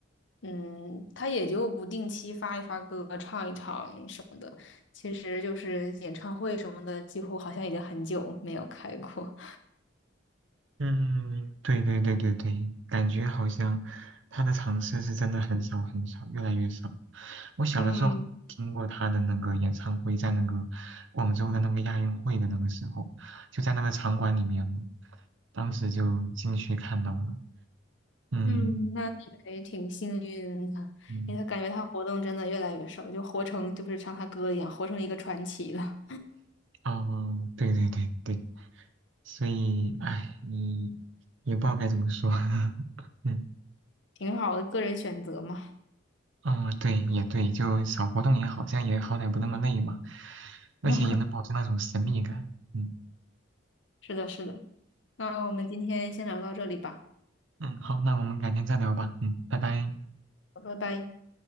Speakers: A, on the left; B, on the right.
A: 嗯，他也就不定期发一发歌，唱一唱什么的，其实就是演唱会什么的，几乎好像已经很久没有开过。
B: 嗯，对对对对对，感觉好像他的尝试是真的很少很少，越来越少。我小的时候听过他的那个演唱会，
A: 嗯，
B: 在那个广州的那个亚运会的那个时候，就在那个场馆里面，当时就进去看到了。嗯
A: 嗯，那你还挺幸运的，
B: 嗯。
A: 因为他感觉他活动真的越来越少，就活成就是像他哥一样，活成一个传奇了，
B: 哦，对对对对，所以，哎，你也不知道该怎么说，<laughs> 嗯，
A: <laughs> 挺好的，个人选择嘛。
B: 哦对，也对，就少活动也好，这样也好歹不那么累嘛，而且也能保持那种神秘感，
A: <laughs>
B: 嗯
A: 是的，是的。那我们今天先聊到这里吧，
B: 嗯，好，那我们改天再聊吧，嗯，拜拜。
A: 好拜拜。